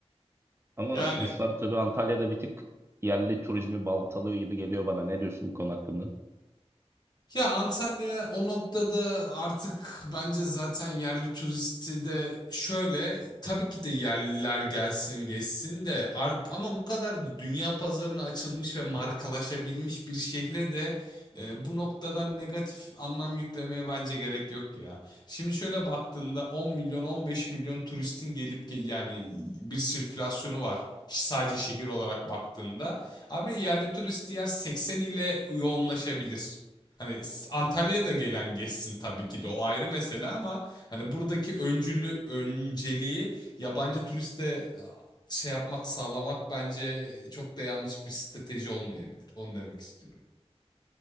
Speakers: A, on the right (about 25°); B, on the left (about 40°).
A: Ama
B: Yani
A: Ruslar tabii Antalya'da bir tık yerli turizmi baltalıyor gibi geliyor bana. Ne diyorsun bu konu hakkında?
B: Ya Antalya o noktada artık bence zaten yerli turisti de şöyle tabii ki de yerliler gelsin geçsin de ar- ama bu kadar da dünya pazarına açılmış ve markalaşabilmiş bir şehre de e, bu noktadan negatif anlam yüklemeye bence gerek yok ya. Şimdi şöyle baktığında on milyon 15 milyon turistin gelip ge- yani bir sirkülasyonu var. Sadece şehir olarak baktığında abi yerli turist diğer 80 ile yoğunlaşabilir. Hani s- Antalya'ya da gelen geçsin tabii ki de o ayrı mesele ama hani buradaki öncülü önceliği yabancı turiste şey yapmak sağlamak bence çok da yanlış bir strateji olmayabilir. Onu demek istiyorum.